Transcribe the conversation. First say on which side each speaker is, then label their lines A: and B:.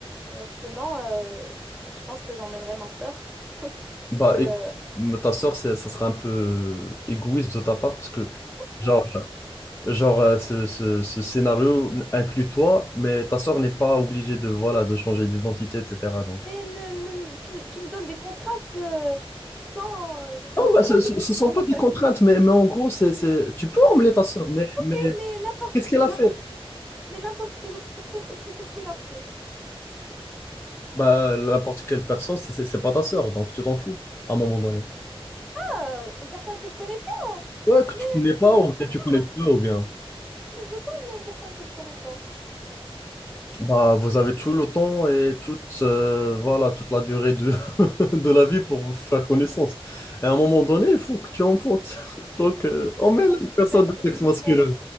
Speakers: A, in the centre; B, on the left.
A: Ouais, sinon, euh, je pense que j'emmènerais ma sœur.
B: Bah,
A: Parce que
B: et, mais ta sœur, c'est- ça sera un peu égoïste de ta part parce que, genre,
A: Oh,
B: genre euh, ce, ce- ce scénario inclut toi, mais ta sœur n'est pas obligée de, voilà, de changer d'identité, etc.
A: mais ne, ne- tu, me tu me donnes des contraintes euh, sans, genre, sans,
B: Non, bah,
A: sans
B: ce
A: me
B: ne sont
A: dire,
B: pas des contraintes, mais, mais en gros, c'est, c'est- tu peux emmener ta sœur, mais,
A: Ok,
B: mais
A: mais n'importe
B: qu'est-ce qu'elle
A: mais
B: a
A: n'importe
B: fait?
A: mais n'importe quelle autre personne aussi, qu'est-ce qu'elle a fait?
B: Bah, n'importe quelle personne, c'est c'est- c'est pas ta sœur, donc tu t'en fous à un moment donné.
A: Ah, une personne que je connais pas.
B: Ouais, que
A: Mais
B: tu connais
A: je,
B: pas, ou
A: je
B: bien
A: veux
B: tu
A: pas,
B: connais peu, ou bien.
A: mais je veux pas emmener une personne que je connais pas.
B: Bah, vous avez tout le temps et toute, euh, voilà, toute la durée de, <laughs> de la vie pour vous faire connaissance. Et à un moment donné, il faut que tu enfantes. <laughs> Donc, euh, emmène
A: Ah,
B: une
A: je préfère,
B: personne de
A: je
B: sexe
A: préfère.
B: masculin.